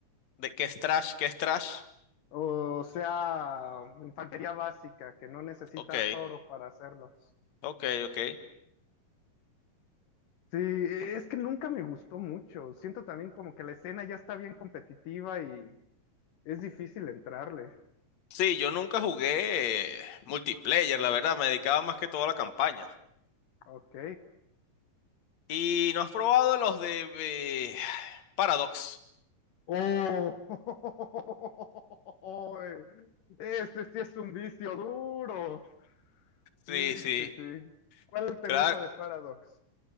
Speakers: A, on the left; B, on the left.
A: ¿De qué es trash? ¿Qué es trash?
B: O sea, infantería básica, que no necesitas
A: Ok,
B: oro para hacerlos.
A: ok, ok.
B: Sí, es que nunca me gustó mucho. Siento también como que la escena ya está bien competitiva y es difícil entrarle.
A: Sí, yo nunca jugué eh, multiplayer, la verdad. Me dedicaba más que todo a la campaña.
B: Ok.
A: ¿Y no has probado los de eh, Paradox?
B: ¡Oh! <laughs> Este sí es un vicio duro. Sí,
A: Sí, sí.
B: sí, sí. ¿Cuál te
A: Claro.
B: gusta de Paradox?